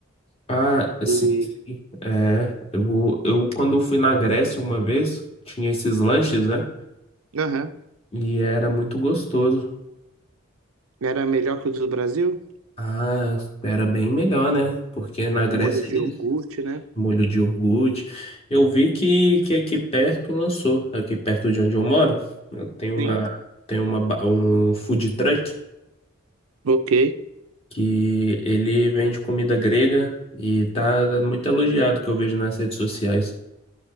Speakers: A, on the left; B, on the right.
A: Ah, sim,
B: E...
A: sim. É, eu, eu quando fui na Grécia uma vez, tinha esses lanches, né?
B: Aham.
A: E era muito gostoso.
B: Era melhor que o do Brasil?
A: Ah, era bem melhor, né? Porque na Grécia
B: Com molho
A: eles
B: de iogurte, né?
A: molho de iogurte. Eu vi que, que aqui perto lançou, aqui perto de onde eu moro, tem uma
B: Sim.
A: tem uma ba- um food truck
B: Ok.
A: que ele vende comida grega e tá muito elogiado que eu vejo nas redes sociais.